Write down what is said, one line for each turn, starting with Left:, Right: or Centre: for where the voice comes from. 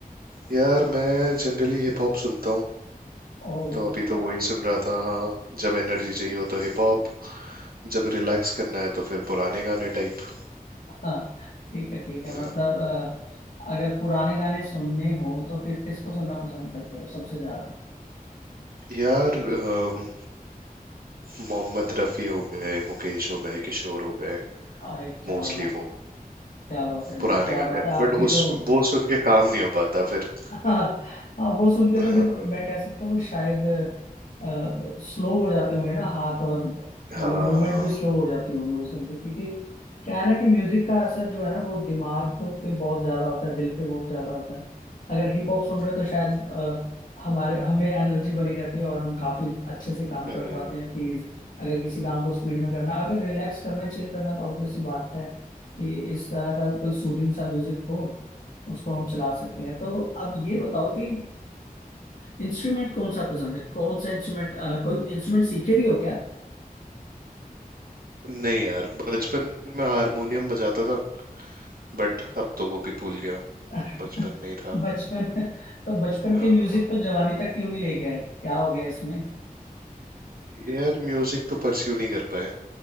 Right: यार मैं जनरली हिप हॉप सुनता हूँ
Left: ओ
Right: तो अभी
Left: क्या
Right: तो वही
Left: बात
Right: सुन रहा था जब एनर्जी चाहिए हो तो हिप हॉप जब रिलैक्स करना है तो फिर पुराने गाने टाइप
Left: हाँ ठीक है ठीक है
Right: अ,
Left: मतलब अ, अगर पुराने गाने सुनने हो तो फिर किसको सुनना पसंद करते हो सबसे ज्यादा
Right: यार अम, मोहम्मद रफ़ी हो गए मुकेश हो गए किशोर हो गए
Left: अरे क्या
Right: मोस्टली
Left: बात
Right: वो
Left: क्या बात है यार
Right: पुराने
Left: क्या
Right: गाने
Left: बात है आपकी
Right: बट उस
Left: तो
Right: वो सुन के काम नहीं हो पाता फिर
Left: हाँ हाँ वो सुन के
Right: हाँ
Left: तो फिर मैं कह सकता हूँ शायद स्लो हो जाते होंगे ना हाथ और मतलब
Right: हाँ
Left: मूवमेंट भी स्लो हो जाती होगी वो सुन के क्योंकि क्या है ना कि म्यूजिक का असर जो है ना वो दिमाग पे बहुत ज्यादा होता है दिल पे बहुत ज्यादा होता है अगर हिप हॉप सुन रहे हो तो शायद अ, हमारे हमें एनर्जी बनी रहती है और हम काफी अच्छे से काम
Right: हम्म,
Left: कर पाते हैं तेज अगर किसी काम को स्पीड में करना अगर रिलैक्स करना है चिल करना तो ऑब्वियस सी बात है कि इस तरह का कोई सूदिंग सा म्यूजिक हो उसको हम चला सकते हैं तो अब ये बताओ कि इंस्ट्रूमेंट कौन सा पसंद है कौन सा इंस्ट्रूमेंट कोई इंस्ट्रूमेंट सीखे भी हो क्या
Right: नहीं यार बचपन में हारमोनियम बजाता था बट अब तो वो भी भूल गया
Left: <laughs>
Right: बचपन में ही था
Left: बचपन तो बचपन
Right: हाँ,
Left: के म्यूजिक को जवानी तक क्यों नहीं ले गए क्या हो गया इसमें
Right: यार म्यूजिक तो परस्यू नहीं कर पाए